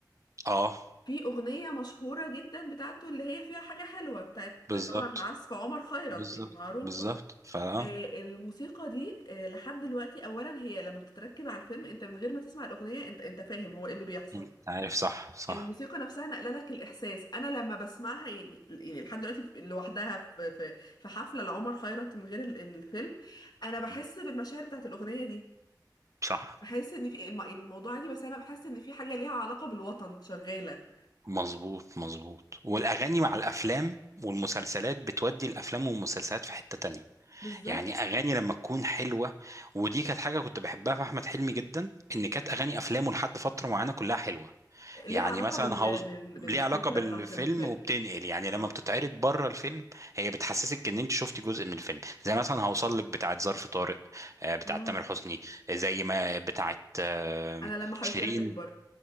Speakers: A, on the right (about 45°); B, on the left (about 70°).
A: اه
B: في أغنية مشهورة جدا بتاعته اللي هي فيها حاجة حلوة بتاعت
A: بالظبط
B: طبعا عزف عمر خيرت
A: بالظبط
B: يعني معروفة
A: بالظبط فا آه،
B: آه، الموسيقى دي آه، لحد دلوقتي أولا هي لما بتتركب على الفيلم أنت من غير ما تسمع الأغنية أنت أنت فاهم هو إيه اللي بيحصل
A: انت عارف صح صح
B: الموسيقى نفسها نقل لك الإحساس أنا لما بسمعها يعني يعني لحد دلوقتي لوحدها في في في حفلة لعمر خيرت من غير ال- الفيلم أنا بحس
A: مم.
B: بالمشاعر بتاعت الأغنية دي
A: صح
B: بحس إن في الم- الموضوع دي بس أنا بحس إن في حاجة ليها علاقة بالوطن شغالة
A: مظبوط مظبوط والاغاني مع الافلام والمسلسلات بتودي الافلام والمسلسلات في حتة تانية
B: بالظبط
A: يعني اغاني لما تكون حلوة ودي كانت حاجة كنت بحبها في احمد حلمي جدا ان كانت اغاني افلامه لحد فترة معينة كلها حلوة
B: ليها
A: يعني
B: علاقة
A: مثلا
B: بال...
A: هاوس
B: بال... بالفكرة
A: ليه علاقة بالفيلم
B: بتاعت الفيلم
A: وبتنقل يعني لما
B: اه
A: بتتعرض بره الفيلم هي بتحسسك ان انت شفتي جزء من الفيلم زي مثلا هوصل لك بتاعت ظرف طارق آه، بتاعت
B: اه
A: تامر حسني آه، زي ما بتاعت آه،
B: انا لما حبيبتي
A: شيرين
B: هتكبر